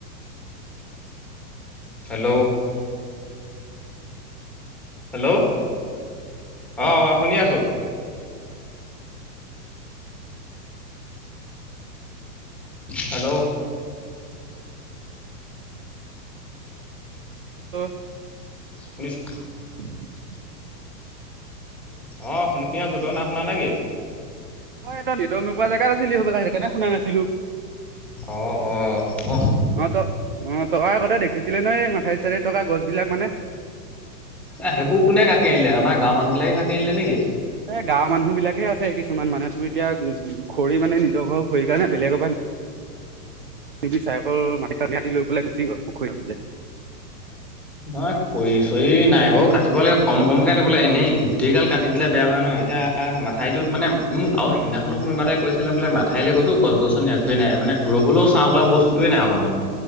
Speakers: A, in the centre; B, on the right (about 35°).
A: হেল্ল'। হেল্ল' অ', শুনি আছোঁ। হেল্ল'।
B: <unintelligible>
A: শুনিছোঁ।
B: <inaudible>
A: অ', শুনি আছোঁ তই না শুনা নেকি?
B: অ', ত নেটৱৰ্ক নোপোৱা জেগাত আছিলি চাগে সেইটোকৰণে শুনা নাছিলোঁ।
A: অ', অ', ম
B: অ', ত অ', তই আগতে দেখিছিলে নে মাথাই চাইদে থকা গছ বিলাক মানে।
A: এই সেইবোৰ কোনে কাটি আনিলে আমাৰ গাঁৱৰ মানুহবিলাকে কাটি আনিলে নেকি?
B: এ, গাঁৱৰ মানুহ বিলাকহে আছে কিছুমান মানেহ তুমি এতিয়া উম, খৰি মানে নিজৰ ঘৰৰ খৰিৰ কাৰণে বেলেগৰ পৰা। তিবি চাই অকল মাটি টানি লৈ পেলাই গুচি গ'ল পুখুৰীলৈ।
A: নহয় খৰি চৰি নাই বাৰু কাটিব লাগে, কম কমকে কাটিবোলে এনেই। গোটেইগাল কাটি দিলে বেয়া হয় ন, এতিয়া মাঠাইটোত মানে মোক আৰু সিদিনাখনো কোনোবাতোই কৈছিলে বোলে মা ঠাইলৈ গৈছোঁ গছ-গছনি একোৱ নাই মানে ৰবলৈওঁ বস্তুোৱেই নাই অকণমান।